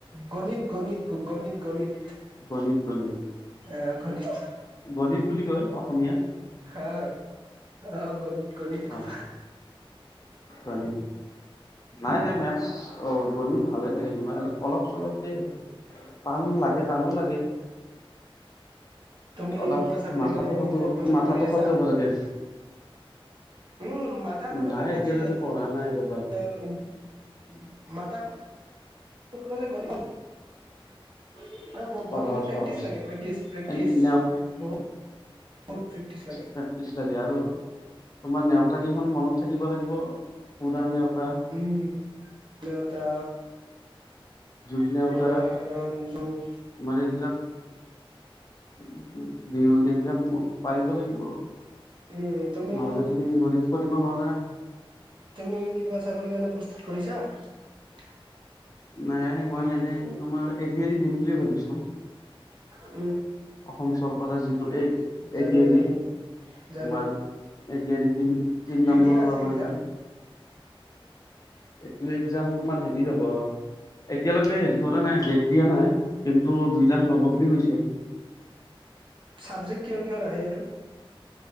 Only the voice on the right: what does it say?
গণিত-গণিত গণিত-গণিত।
আহখনহেহ।
হা আহ গণিত গণিত কুমাৰ
তুমি
কিবা চাকৰি
কাৰণে
প্ৰস্তুত
কৰি আছা?
উম মাথা খটালে
মেতচি
<unintelligible> মাথা খ টোৱালে গণিত <unintelligible> আৰু
গণিত প্ৰেক্টিচ
লাগে প্ৰেক্টিচ প্ৰেক্টিচ
বহ <unintelligible> বুত প্ৰেক্টিচ লাগে।
উম নেউতা
পুৰণ,
হৰণ। যুগ,
<inaudible> উম তুমি
তুমি কিবা চাকৰি কাৰণে প্ৰস্তুত কৰিছা?
হয়।
জানো
জানো
জানো জানো
কেতিয়া
আছে
এক্সাম
ছাবজেক্ট কিহৰ কিহৰ আহে এইটোত?